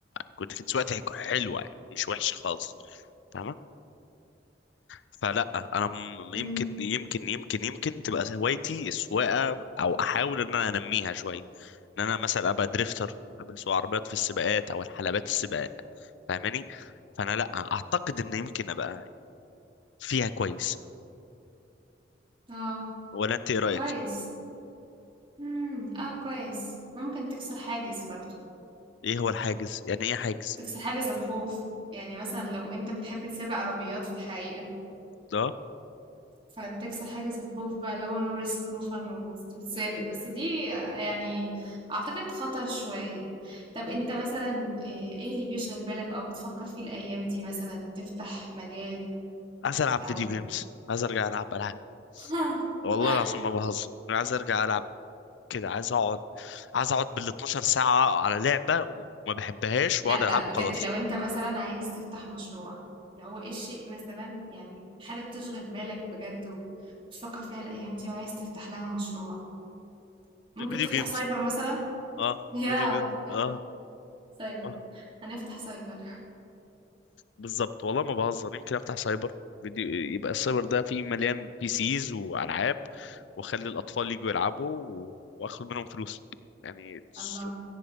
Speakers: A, on the left; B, on the right.
A: كنت كنت سواقتي حلوه يعني مش وحشه خالص فاهمه فلا انا م-
B: امم
A: يمكن يمكن يمكن يمكن تبقى هوايتي السواقه او احاول ان انا انميها شويه ان انا مثلا ابقى دريفتر ابقى اسوق عربيات في السباقات او الحلبات السباق فاهماني فانا لا اعتقد ان يمكن ابقى فيها كويس
B: اه
A: ولا انت ايه رايك
B: كويس امم اه كويس ممكن تكسر حاجز برضه
A: ايه هو الحاجز يعني ايه حاجز
B: تكسر حاجز الخوف يعني مثلا لو انت بتحب تسابق عربيات في الحقيقة
A: ده
B: فتكسر حاجز الخوف بقى اللي هو نو ريسك نو فن وتسابق بس دي يعني اعتقد خطر شوية طب انت مثلا ايه إيه اللي بيشغل بالك او بتفكر فيه الايام دي مثلا تفتح مجال
A: عايز العب
B: او
A: فيديو جيمز عايز ارجع العب العاب
B: <laughs>
A: والله العظيم ما بهزر عايز ارجع العب كده عايز اقعد عايز اقعد بال 12 ساعه على لعبه وما بحبهاش
B: لا
A: واقعد العب
B: لا بجد
A: وخلاص
B: لو انت مثلا عايز تفتح مشروع اللي هو ايه الشيء مثلا يعني حاجة بتشغل بالك بجد وبتفكر فيها الايام دي وعايز تفتح لها مشروع ممكن
A: الفيديو
B: تفتح
A: جيمز
B: سايبر مثلا
A: اه
B: يا
A: فيديو جيمز
B: يا
A: اه
B: سايبر
A: آه.
B: هنفتح سايبر
A: بالظبط والله ما بهزر يمكن افتح سايبر فيديو يبقى السايبر ده فيه مليان بي سيز والعاب واخلي الاطفال يجوا يلعبوا و- واخد منهم فلوس يعني
B: <laughs>
A: it's
B: الله